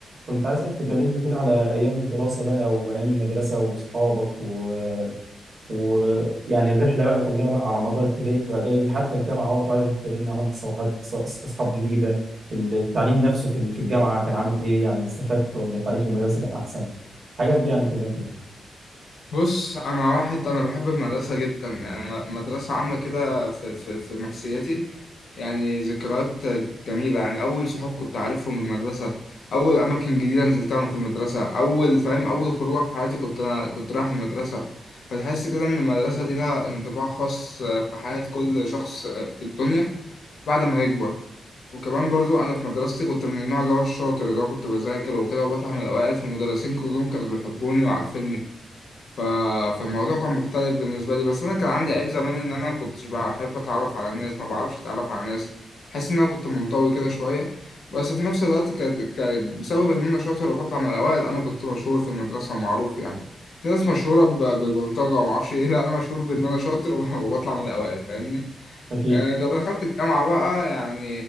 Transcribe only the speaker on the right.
كنت عايزك تكلمني كده على أيام الدراسة بقى وأيام المدرسة وأصحابك و... و... يعني الرحلة بقى كلها بقى على مدار ابتدائي وإعدادي حتى الجامعة برضه عايزك تكلمني عملت صفحات ص- ص- أصحاب جديدة التعليم نفسه في ال- في الجامعة كان عامل إيه يعني استفدت ولا التعليم في المدرسة كان أحسن الحاجات دي يعني كلها كده
أكيد